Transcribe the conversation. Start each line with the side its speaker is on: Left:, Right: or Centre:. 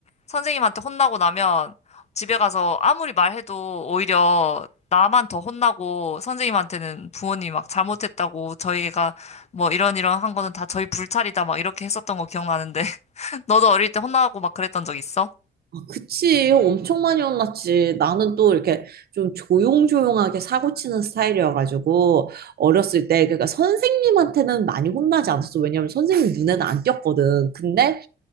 Left: 선생님한테 혼나고 나면 집에 가서 아무리 말해도 오히려 나만 더 혼나고 선생님한테는 부모님이 막 잘못했다고 저희가 뭐 이런 이런 한 거는 다 저희 불찰이다 막 이렇게 했었던 거 기억나는데 <laughs> 너도 어릴 때 혼나고 막 그랬던 적 있어?
Right: 아, 그치 엄청 많이 혼났지. 나는 또 이렇게 좀 조용조용하게 사고 치는 스타일이어가지고 어렸을 때 그러니까 선생님한테는 많이 혼나지 않았어. 왜냐면 선생님 눈에는 안 띄었거든. 근데